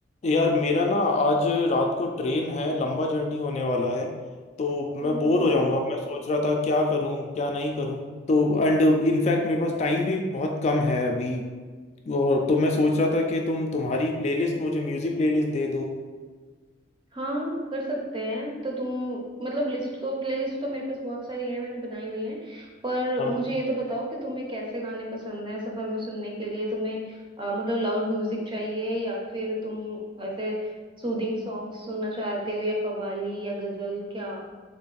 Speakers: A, on the left; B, on the right.
A: यार मेरा ना आज रात को ट्रेन है लंबा जर्नी होने वाला है तो
B: हम्म
A: मैं बोर
B: हम्म।
A: हो जाऊंगा मैं सोच रहा था क्या करूं क्या नहीं करूं तो एंड इनफैक्ट मेरे पास टाइम भी बहुत कम है अभी और तो मैं सोच रहा था कि तुम तुम्हारी प्लेलिस्ट मुझे म्यूजिक प्लेलिस्ट दे दो
B: हाँ कर सकते हैं तो तुम मतलब लिस्ट तो प्लेलिस्ट तो मेरे पास बहुत सारी है मैंने बनाई हुई है पर
A: हाँ
B: मुझे ये तो बताओ कि तुम्हें कैसे गाने पसंद हैं सफर में सुनने के लिए तुम्हें अ, मतलब लाउड म्यूजिक चाहिए या फिर तुम ऐसे सूदिंग सॉन्ग सुनना चाहते हो या कव्वाली या गजल क्या